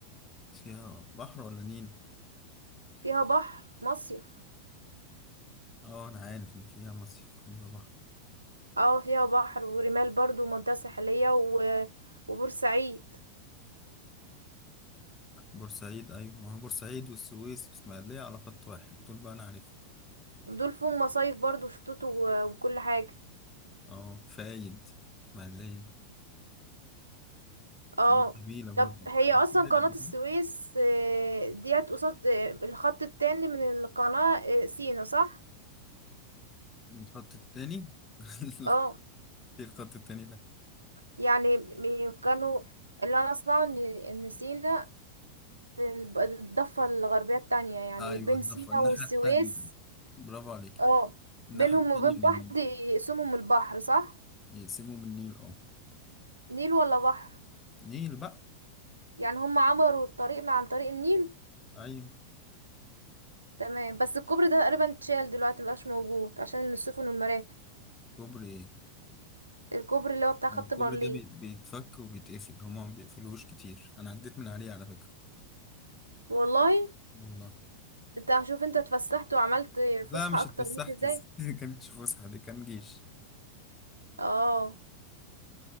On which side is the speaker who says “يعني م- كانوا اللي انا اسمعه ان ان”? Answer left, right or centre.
Right